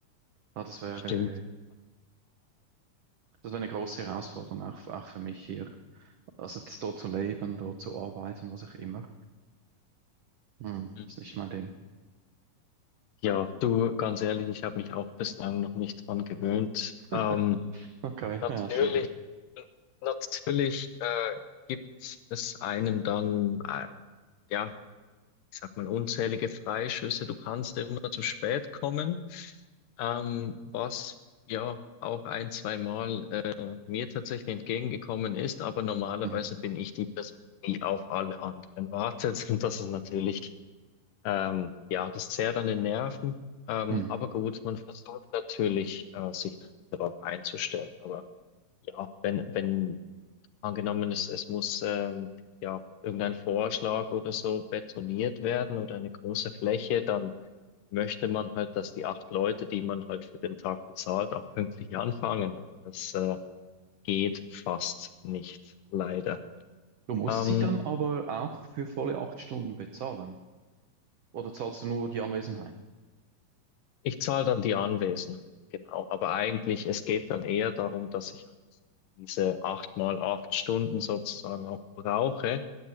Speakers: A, on the right (about 80°); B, on the left (about 75°).
A: Ja, das wäre,
B: Stimmt.
A: das wäre eine große Herausforderung, auch, für- auch für mich hier. Also jetzt dort zu leben, dort zu arbeiten, was auch immer. Hm,
B: Hm.
A: ist nicht mein Ding.
B: Ja, du, ganz ehrlich, ich habe mich auch bislang noch nicht dran gewöhnt.
A: <laughs>
B: Ähm,
A: Okay,
B: natürlich,
A: ja, schwierig.
B: natürlich äh, gibt es einem dann, äh, ja. ich sag mal, unzählige Freischüsse. Du kannst immer zu spät kommen, ähm, was ja auch ein, zweimal äh, mir tatsächlich entgegengekommen ist. Aber normalerweise
A: Hm,
B: bin ich die Person, die auf alle anderen wartet. <laughs> Und das ist natürlich, ähm, ja, das zehrt an den Nerven. Ähm,
A: hm.
B: aber gut, man versucht natürlich, äh, sich darauf einzustellen. Aber ja, wenn, wenn Angenommen, es, es muss ähm, ja irgendein Vorschlag oder so betoniert werden oder eine große Fläche, dann möchte man halt, dass die acht Leute, die man halt für den Tag bezahlt, auch pünktlich anfangen. Aber das äh, geht fast nicht, leider.
A: Du musst
B: Ähm,
A: sie dann aber auch für volle acht Stunden bezahlen. Oder zahlst du nur die Anwesenheit?
B: ich zahle dann die Anwesenheit, genau. Aber eigentlich, es geht dann eher darum, dass ich halt diese acht mal acht Stunden sozusagen auch brauche